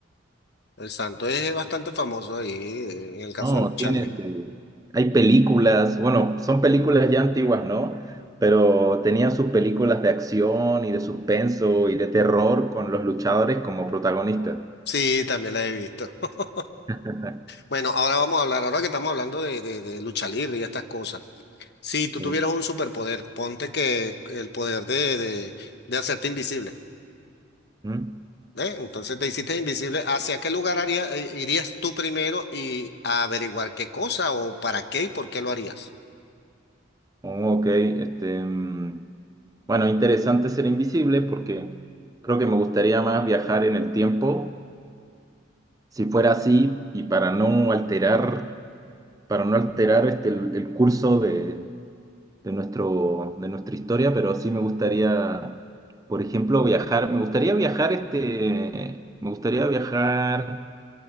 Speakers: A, on the left (about 55°); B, on the right (about 15°).
A: el santo es bastante famoso ahí, eh, en el caso
B: No,
A: de lucha
B: tiene
A: libre,
B: este, hay películas, bueno, son películas ya antiguas, ¿no? Pero tenían sus películas de acción y de suspenso y de terror con los luchadores como protagonistas.
A: sí, también la he visto, <laughs>
B: <laughs>
A: bueno, ahora vamos a hablar, ahora que estamos hablando de, de, de lucha libre y estas cosas, si tú
B: Sí.
A: tuvieras un superpoder, ponte que el poder de, de, de hacerte invisible.
B: ¿Mm?
A: ¿eh? Entonces te hiciste invisible. ¿Hacia qué lugar haría- eh, irías tú primero y a averiguar qué cosa o para qué y por qué lo harías?
B: Oh, Ok, este, mm, bueno, interesante ser invisible porque creo que me gustaría más viajar en el tiempo, si fuera así, y para no alterar, para no alterar este, el, el curso de, de nuestro, de nuestra historia, pero sí me gustaría, por ejemplo, viajar. Me gustaría viajar este, me gustaría viajar